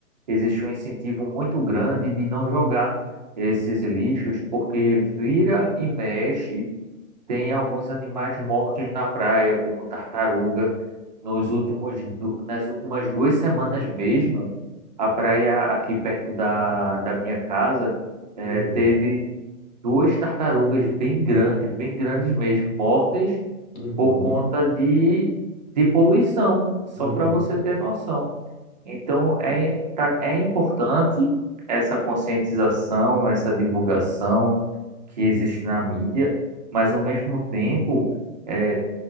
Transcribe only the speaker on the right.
existe um incentivo muito grande de não jogar esses lixos, porque vira e mexe. Tem alguns animais mortos na praia, como tartaruga. Nos últimos, du- nas últimas duas semanas mesmo, a praia aqui perto da, da minha casa eh,
teve duas tartarugas bem grandes, bem grandes mesmo, mortas
por conta de, de poluição, só
para você ter noção. Então, é, tá- é importante essa conscientização, essa divulgação que existe na mídia, mas, ao mesmo tempo, é,